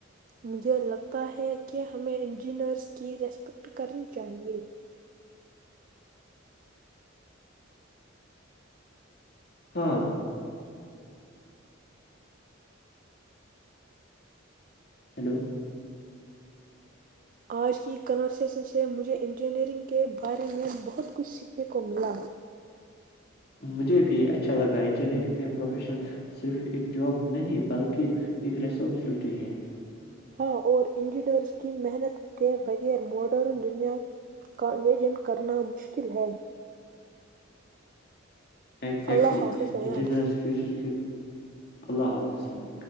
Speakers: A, on the right; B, on the left.
A: مجھے لگتا ہے کہ ہمیں انجینئرس کی ریسپیکٹ کرنی چاہیے
B: ہاں ہیلو
A: آج کی کنورسیشن سے مجھے انجینئرنگ کے بارے میں بہت کچھ سیکھنے کو ملا
B: مجھے بھی اچھا لگا انجینئرنگ کا پروفیشن صرف ایک جاب نہیں بلکہ ایک ریسپانسبلٹی ہے
A: ہاں اور انڈیڈورس کی محنت کے و کیر موڈر دنیا کا امیجن کرنا مشکل ہے
B: ایگزیکٹلی
A: اللہ حافظ ایان
B: انجینرس فیوچر اللہ حافظل